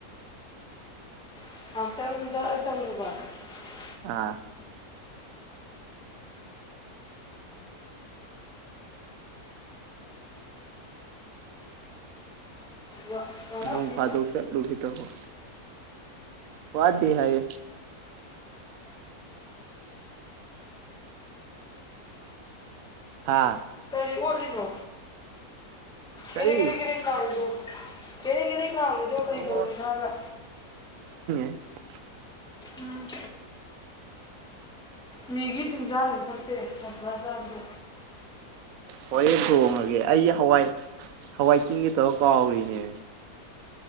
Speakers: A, in the centre; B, on the right.
A: <unintelligible>
B: ꯑꯥ
A: ꯋꯥ ꯋꯥꯠꯂꯝꯅꯤ
B: ꯅꯣꯡ ꯐꯥꯗꯣꯛ ꯆꯠꯂꯨꯒꯦ ꯇꯧꯕ ꯋꯥꯗꯦ ꯍꯥꯏꯌꯦ꯫ ꯍꯥꯥ꯫
A: ꯑꯣꯠꯂꯤꯅꯣ꯫
B: ꯀꯔꯤ
A: <unintelligible> ꯂꯥꯎꯔꯤꯗꯣ꯫ ꯀꯦꯅꯦ ꯀꯦꯅꯦ꯫ ꯂꯥꯎꯔꯤꯗꯣ ꯀꯩꯗꯧꯔꯤꯅꯣ
B: ꯑꯣ
A: ꯍꯥꯏꯕ꯫
B: <inaudible>
A: ꯎꯝ꯫ ꯃꯤꯒꯤ ꯁꯨꯝ ꯆꯥꯅꯨ ꯐꯠꯇꯦ ꯃ꯭ꯁꯂꯥ ꯆꯥꯕꯗꯣ꯫
B: ꯍꯣꯏ꯫ ꯍꯣꯔꯦꯟ ꯇꯣꯡꯉꯒꯦ ꯑꯩ ꯍꯋꯥꯏ꯫ ꯍꯋꯥꯏ ꯇꯤꯡꯒꯦ ꯇꯧꯔꯒ ꯀꯥꯎꯔꯤꯅꯦ꯫